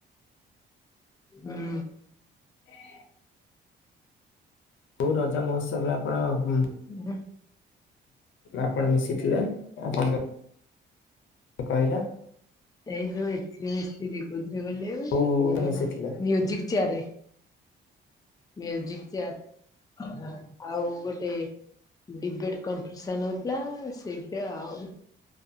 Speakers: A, on the left; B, on the left.
A: ହୁଁ।
B: <inaudible> କଉ ରଜ ମହୋତ୍ସବରେ ଆପଣ ହୁଁ
A: ହୁଁ
B: ଆପଣ ମିଶିଥିଲେ ଆପଣ ଜ ତ କହିଲ
A: ଏଇ ଯୋଉ ଏଥିରେ ମିସିଥିଲି କୋଉଥିରେ କହିଲେ
B: କୋଉ
A: ଏଇ ଯୋଉ
B: ମିଶିଥିଲେ
A: ମ୍ୟୁଜିକ ଚେୟାରରେ। ମ୍ୟୁଜୀକ ଚେୟାର ଆଉ ଗୋଟେ ଡିବେଟ କମ୍ପିସନ ହୋଉଥିଲା ସେଇଥିରେ ଆଉ।